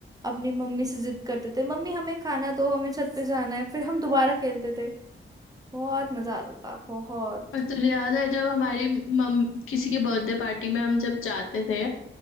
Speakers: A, on the right (about 20°); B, on the left (about 80°).
A: अपनी मम्मी से जिद करते थे मम्मी हमें खाना दो हमें छत पे जाना है फिर हम दोबारा खेलते थे बहुत मजा आता था बहुत
B: और तुझे याद है जब हमारी मम किसी के बर्थडे पार्टी में हम जब जाते थे